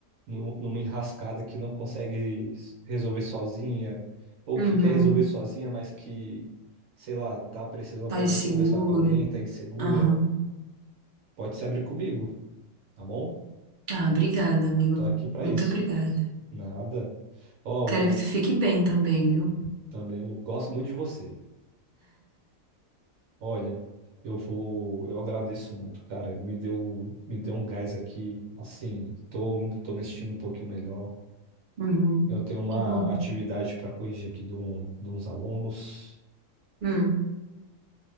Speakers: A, on the right; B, on the right.
A: num- numa enrascada que não consegue s- resolver sozinha, ou
B: Uhum.
A: que quer resolver sozinha, mas que, sei lá, tá precisando
B: Tá
A: pelo menos
B: seguro.
A: conversar com alguém, tá insegura,
B: Aham.
A: pode se abrir comigo, tá bom?
B: Ah, obrigada, amigo.
A: Tô aqui pra
B: Muito
A: isso.
B: obrigada.
A: Nada. Ó,
B: Quero que tu
A: eu
B: fique bem também, viu?
A: também gosto muito de você. Olha, eu vou, eu agradeço muito, cara. Me deu, me deu um gás aqui. Assim, tô, tô me sentindo um pouquinho melhor.
B: Uhum.
A: Eu tenho uma
B: Que bom.
A: atividade para corrigir aqui de, um, de uns alunos.
B: Hum.